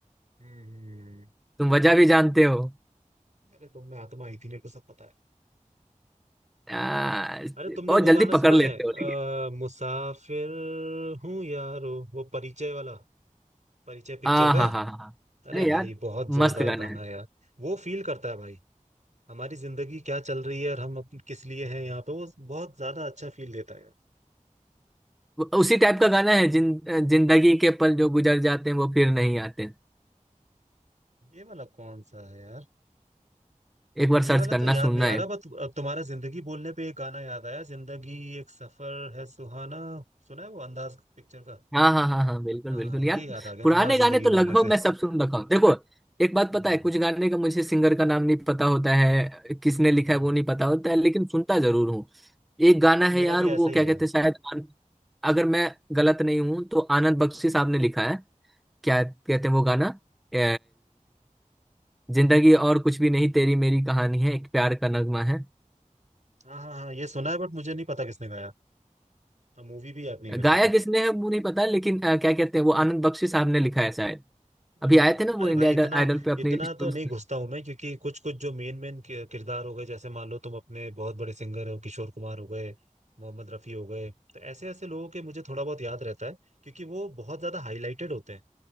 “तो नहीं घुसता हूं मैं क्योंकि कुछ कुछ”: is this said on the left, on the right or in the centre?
Right